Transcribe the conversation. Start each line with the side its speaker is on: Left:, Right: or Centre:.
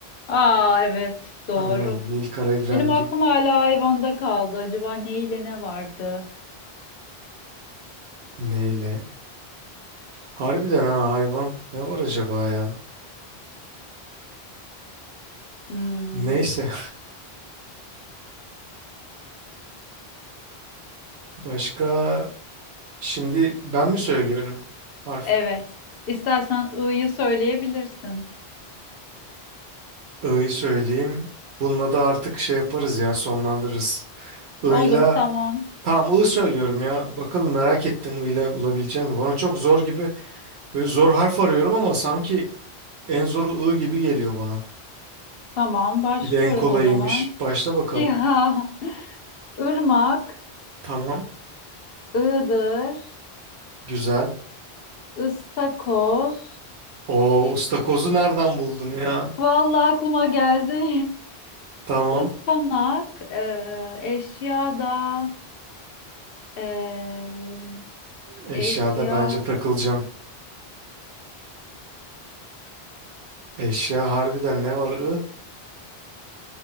Left: Aa evet doğru.
Right: Aynen Nil Kara İbrahimgil.
Left: Benim aklım hala hayvanda kaldı. Acaba ne ile ne vardı?
Right: Neyle? Harbiden ha hayvan. Ne var acaba ya?
Left: Hmm,
Right: Neyse. <laughs> Başka şimdi ben mi söylüyorum? Harf.
Left: evet. İstersen ı'yı söyleyebilirsin.
Right: I'yı söyleyeyim. Bununla da artık şey yaparız ya sonlandırırız. I'la
Left: Olur tamam.
Right: tamam I söylüyorum ya. Bakalım merak ettim I'la bulabileceğim mi? Bana çok zor gibi böyle zor harf arıyorum ama sanki en zoru I gibi geliyor bana.
Left: Tamam başlıyorum
Right: Bir de en kolayıymış.
Left: o zaman.
Right: Başla bakalım.
Left: Ya ırmak,
Right: Tamam.
Left: ığdır,
Right: Güzel.
Left: ıstakoz.
Right: O ıstakozu nereden buldun ya?
Left: Vallahi aklıma geldi.
Right: Tamam.
Left: <laughs> Ispanak, eee, eşya da eee,
Right: Eşyada
Left: eşya.
Right: bence takılacağım. Eşya harbiden ne var I?